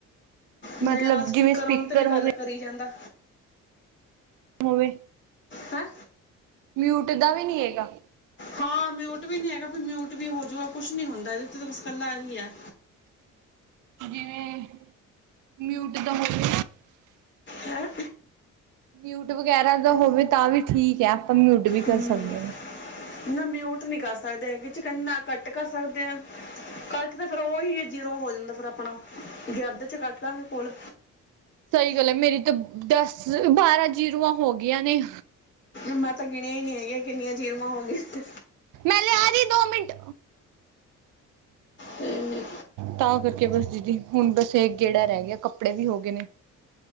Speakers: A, on the left (about 40°); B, on the right (about 90°).
A: ਨਹੀਂ
B: ਮਤਲਬ
A: ਅਗਲਾ
B: ਜਿਵੇਂ
A: ਸਪੀਕਰ ਆਉਣ ਤੇ ਵੀ
B: ਹੋਵੇ
A: ਗੱਲ ਕਰੀ ਜਾਂਦਾ,
B: ਹੋਵੇ,
A: ਹੈ,
B: ਮਿਊਟ ਦਾ ਵੀ ਨਹੀਂ ਹੈਗਾ,
A: ਹਾਂ ਮਿਊਟ ਵੀ ਨਹੀਂ ਹੈਗਾ ਵੀ ਮਿਊਟ ਵੀ ਹੋਜੂਗਾ ਕੁਛ ਨਹੀਂ ਹੁੰਦਾ ਇਹਦੇ ਤੇ ਤਾਂ ਬ ਇਕੱਲਾ ਇਹੀ ਹੈ,
B: ਜਿਵੇਂ, ਮਿਊਟ ਦਾ ਹੋਜੇ,
A: ਹੈਂ
B: ਮਿਊਟ ਵਗੈਰਾ ਦਾ ਹੋਵੇ ਤਾਂ ਵੀ ਠੀਕ ਹੈ ਆਪਾਂ ਮਿਊਟ ਵੀ
A: ਹਮ,
B: ਕਰ ਸਕਦੇ ਹਾਂ।
A: ਨਾ ਮਿਊਟ ਨਹੀਂ ਕਰ ਸਕਦੇ ਹੈਗੇ ਨਾ ਘੱਟ ਕਰ ਸਕਦੇ ਆ, ਕੱਟ ਤੇ ਫਿਰ ਉਹੀ ਜੀਰੋ ਹੋ ਜਾਂਦਾ ਫੇਰ ਆਪਣਾ, ਅੱਧ ਚ ਕੱਟ ਦਾਂਗੇ ਕੋਲ,
B: ਸਹੀ ਗੱਲ ਐ, ਮੇਰੀ ਤਾਂ ਦੱਸ ਬਾਰਾਂ ਜੀਰੋਆਂ ਹੋ ਗਈਆਂ ਨੇ।
A: ਮੈਂ ਤਾਂ ਗਿਣਿਆ ਹੀ ਨਹੀਂ ਹੈਗੀਆਂ ਕਿੰਨੀਆਂ ਜੀਰੋ ਆ ਹੋ ਗੲੀਆ,
B: ਮੈਂ ਲਿਆ ਰਹੀ ਦੋ ਮਿੰਟ,
A: ਹੂੰ।
B: ਤਾਂ ਕਰਕੇ ਬਸ ਦੀਦੀ ਹੁਣ ਬਸ ਇਹ ਗੇੜਾ ਰਹਿ ਗਿਆ ਕੱਪੜੇ ਵੀ ਹੋ ਗਏ ਨੇ।